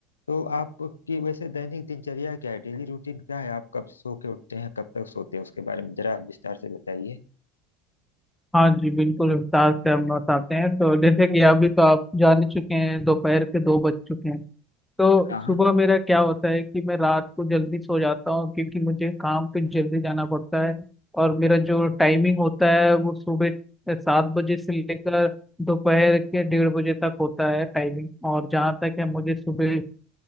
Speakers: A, on the left (about 90°); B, in the centre.
A: तो आपकी वैसे दैनिक दिनचर्या क्या है डेली रूटीन क्या है आप कब सो के उठते हैं कब तक सोते हैं उसके बारे में जरा विस्तार से बताइए
B: हाँ जी बिल्कुल विस्तार से हम बताते हैं तो जैसे कि अभी तो आप जान ही चुके हैं दोपहर के दो बज चुके हैं तो
A: हाँ हाँ
B: सुबह मेरा क्या होता है कि मैं रात को जल्दी सो जाता हूँ क्योंकि मुझे काम पे जल्दी जाना पड़ता है और मेरा जो टाइमिंग होता है वो सुबह सात बजे से लेकर दोपहर के डेढ़ बजे तक होता है टाइमिंग और जहाँ तक है मुझे सुबह अ,